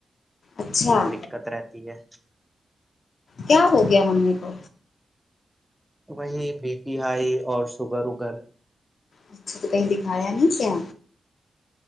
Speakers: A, on the left (about 65°); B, in the centre.
A: اچھا
B: دقت رہتی ہے
A: کیا ہو گیا ممی کو
B: وہی بی پی ہائی اور شوگر وگر
A: اچھا تو کہیں دکھایا نہیں کیا